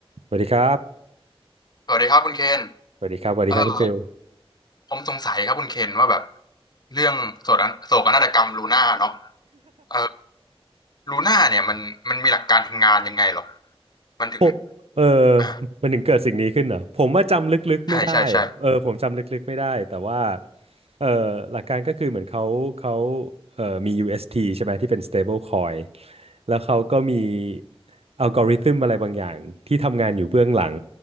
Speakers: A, on the right; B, on the left.
A: สวัสดีครับ
B: สวัสดีครับคุณเคน
A: สวัสดีครับสวัสดีครับคุณฟิล
B: เออผมสงสัยครับคุณเคนว่าแบบเรื่องโศกนาโศกนาฏกรรมลูน่าเนาะเออลูน่าเนี่ยมันมันมีหลักการทำงานยังไงหรอ มันถึง
A: ผมเออ
B: อ่า
A: มันถึงเกิดสิ่งนี้ขึ้นเหรอผมว่าจำลึกๆไม่ได้เออผมจำลึกๆไม่ได้
B: ใช่ใช่ใช่
A: แต่ว่าเออหลักการก็คือเหมือนเขาเขาเออมี UST ใช่ไหมที่เป็น stable coin แล้วเขาก็มีอัลกอริทึมอะไรบางอย่างที่ทำงานอยู่เบื้องหลัง